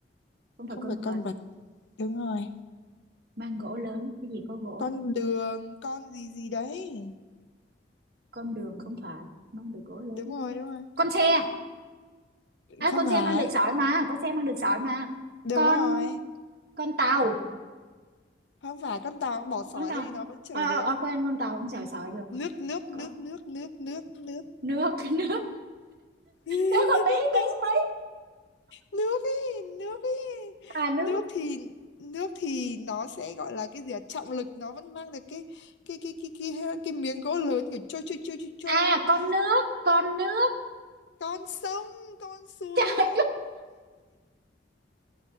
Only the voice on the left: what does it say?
không
phải
con vật đúng rồi
con đường con gì gì đấy
đúng rồi đúng rồi
không
phải
đúng
rồi
không phải con tàu bỏ sỏi
lên thì nó vẫn chở
được
nước nước
nước nước nước nước nước
<laughs>
nước ý nước ý
nước thì nước thì nó sẽ gọi là cái gì à? trọng lực nó vẫn mang được cái cái cái cái cái cái, cái miếng gỗ lớn kiểu trôi trôi trôi trôi trôi
như này
nè
con sông con suối